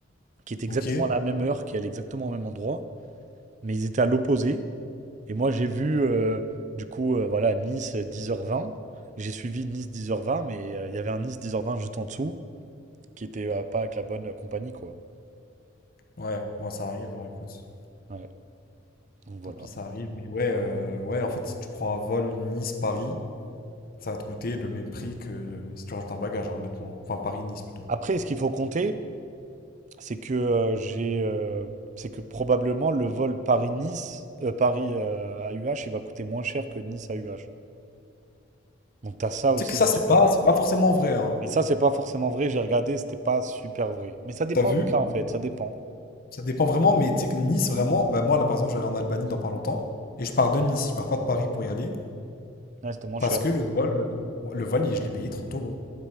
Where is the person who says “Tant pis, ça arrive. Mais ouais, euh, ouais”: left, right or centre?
Left